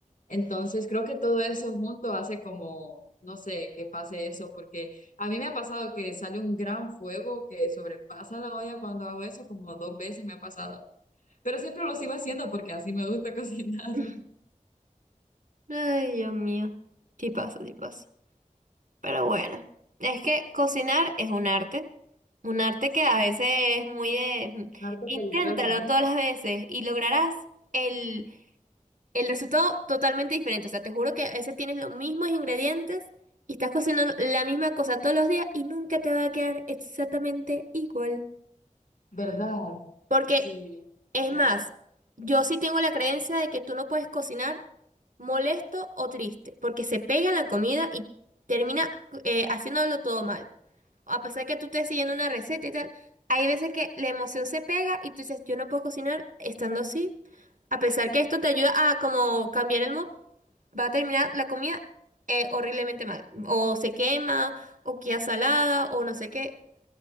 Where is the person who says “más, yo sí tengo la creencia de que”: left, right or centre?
Right